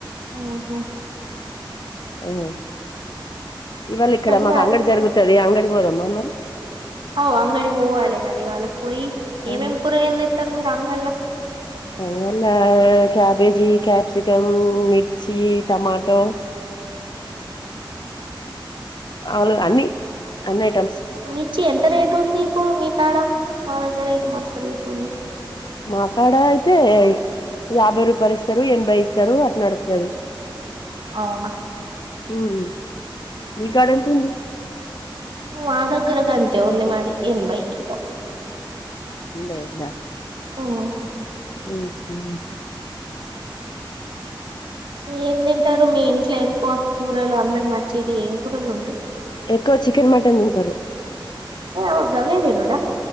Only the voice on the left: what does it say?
అవునా ఇవాళ ఇక్కడ
మాకు అంగడి జరుగుతది అంగడి పోదమా మరి
ఆ
అంగడ్లా క్యాబేజీ, కప్సీకము, మిర్చి, టొమాటో అల్ అన్ని అన్ని ఐటమ్స్
మా కాడ అయితే యాభై రూపాలు ఇస్తారు ఎనభై ఇత్తరు అట్ నడ్తది
ఉహు మీ కాడ ఏతుంది
కూలర్ ఉందా
ఒకే
ఎక్కువ చికెన్ మటన్ తింటరు.